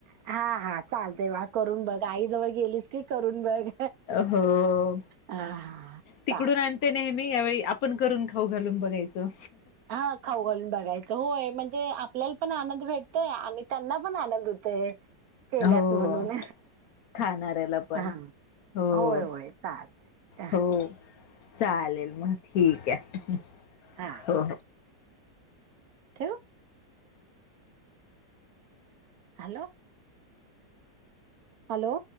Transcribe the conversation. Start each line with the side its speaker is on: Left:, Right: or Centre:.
Right: हा हा चालते वा करून बघ आई जवळ गेलीस की करून बघ
Left: हो
Right: हा
Left: तिकडून
Right: चालतय
Left: आणते नेहमी यावेळी आपण करून खाऊ घालून बघायचं
Right: हा खाऊ घालून बघायचं होय म्हणजे आपल्याला पण आनंद भेट ते आणि त्यांना पण आनंद होत केल्याच
Left: हो
Right: म्हणून
Left: खाणाऱ्याला पण
Right: हा
Left: हो
Right: होय होय चालत
Left: हो चालेल मग ठीक आहे
Right: हा
Left: हो
Right: ठेवू हॅलो हॅलो